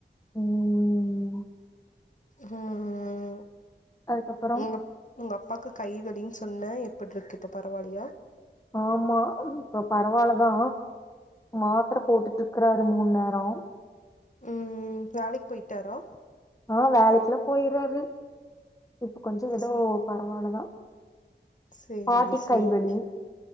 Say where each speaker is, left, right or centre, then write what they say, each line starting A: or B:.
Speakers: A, on the left; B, on the left.
A: ம் ம் ம்
B: ம் ம்
A: அதுக்கப்புறம்
B: உங்க உங்க அப்பாக்கு கைவலின்னு சொன்ன எப்டி இருக்கு இப்ப பரவா இல்லையா
A: ஆமா இப்ப பரவாலதா மாத்தர போட்டுட்டு இருக்குறாரு மூணு நேரோ
B: ம்ம்ம் வேலைக்கு போயிட்டாரா
A: ஆஹ் வேலைக்கெல்லா போய்ர்றாரு இப்ப கொஞ்சோ ஏதோ
B: சே
A: பரவால்லதா
B: சேரி
A: பாட்டிக்
B: சேரி
A: கைவலி